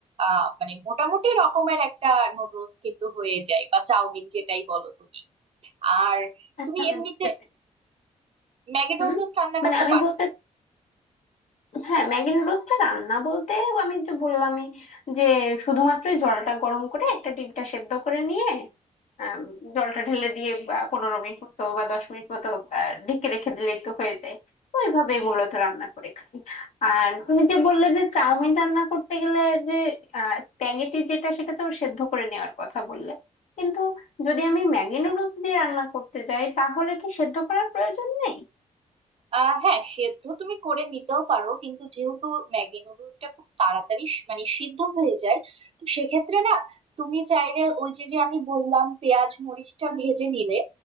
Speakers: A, on the right; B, on the left.
A: আহ মানে মোটামুটি রকমের একটা নুডলস কিন্তু হয়ে যায় বা চাউমিন যেটাই বলো তুমি আর
B: আচ্ছা
A: তুমি
B: আমি
A: এমনিতে
B: বুঝতে পেরেছি
A: ম্যাগি
B: হুম
A: নুডলস রান্না
B: মানে
A: করতে
B: আমি
A: পারো
B: বলতে হ্যাঁ ম্যাগি নুডলসটা রান্না বলতে আমি যে বললামই যে শুধুমাত্র জলটা গরম করে একটা ডিমটা সেদ্ধ করে নিয়ে আম, জলটা ঢেলে দিয়ে বা পনেরো মিনিট মতো বা দশ মিনিট মতো আহ, ঢেকে রেখে দিলেই তো হয়ে যায় ওইভাবে মূলত রান্না করে খাই আর তুমি যে বললে যে চাউমিন রান্না করতে গেলে যে স্প্যাগেটি যেটা সেটা তো সেদ্ধ করে নেওয়ার কথা বললে কিন্তু যদি আমি ম্যাগি নুডলস দিয়ে রান্না করতে যাই তাহলে কি সেদ্ধ করার প্রয়োজন নেই
A: আহ হ্যাঁ সেদ্ধ তুমি করে নিতেও পারো কিন্তু যেহেতু ম্যাগি নুডলসটা খুব তাড়াতাড়ি সি- মানে সিদ্ধ হয়ে যায় তো সেক্ষেত্রে না তুমি চাইলে ওই যে যে আমি বললাম পেঁয়াজ মরিচটা ভেজে নিলে